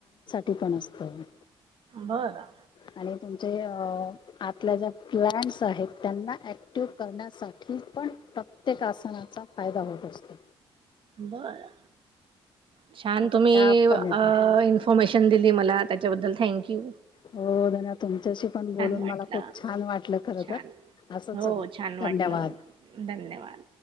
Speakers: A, on the left (about 50°); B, on the right (about 60°).
A: ते पण् असतं
B: बरं
A: आणि तुमचे अ आपल्या ज्या प्लड्स आहेत त्यांना ऍक्टिव करण्यासाठी पण प्रत्येक आसनाचा फायदा होत असतो.
B: बरं छान
A: असं
B: तुम्ही
A: त्या पण येते
B: इन्फॉर्मेशन दिली मला त्याच्याबद्दल थँक्यू
A: हो ना तुमच्याशी पण बोलून
B: वाटलं.
A: मला खूप छान वाटलं खर
B: छान.
A: तर असंच
B: हो, छान
A: धन्यवाद
B: वाटलं. धन्यवाद.